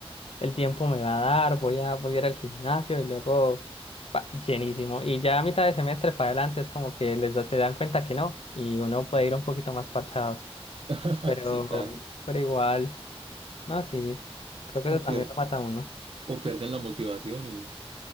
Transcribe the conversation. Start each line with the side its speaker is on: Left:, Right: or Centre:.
Left: el tiempo me va a dar, voy a, voy a ir al gimnasio y luego pa, llenísimo. Y ya a mitad de semestre para adelante es como que les da, se dan cuenta que no y uno puede ir un poquito más parchado.
Right: <laughs>
Left: pero,
Right: Sí, claro.
Left: pero igual, no, sí, creo que
Right: O,
Left: eso también
Right: pier-
Left: lo mata a uno.
Right: o pierden la motivación y,